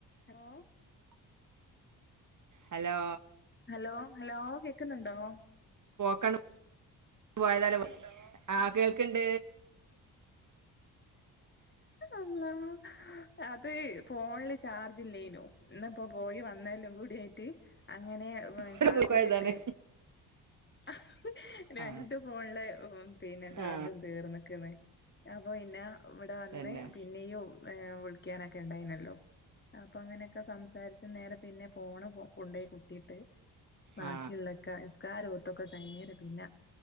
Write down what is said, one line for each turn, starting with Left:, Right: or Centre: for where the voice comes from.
Left: Hello
Right: hello
Left: hello hello കേക്കുന്നുണ്ടോ?
Right: <unintelligible> <inaudible> ആഹ് കേൾക്കിണ്ട്
Left: അല്ലാഹ് അത് ഫോണിൽ ചാർജ് ഇല്ലേനു, ഇന്നിപ്പോ പോയി വന്നേ <unintelligible> അങ്ങനെ
Right: ഒരു
Left: ചാർജിലിട്ട്
Right: പോയതാണ്
Left: <inaudible> രണ്ട്
Right: ആ
Left: ഫോൺലും പിന്നെ ചാർജും
Right: ആ
Left: തീർന്നക്ന്ന് <unintelligible> പിന്നെ ഇവിടെ വന്ന്
Right: തന്നെ
Left: പിന്നെയും ഏ വിളിക്കാനൊക്കെ ഇണ്ടായിനല്ലോ അപ്പൊ അങ്ങനെയൊക്കെ സംസാരിച്ച് നേരെ പിന്നെ പോണ പോ കൊണ്ടോയി കുത്തിട്ട് ബാക്കിയുള്ളക്ക
Right: ആ
Left: നിസ്കാരോത്തു ക്കെകൈഞ്ഞേരെ പിന്നെ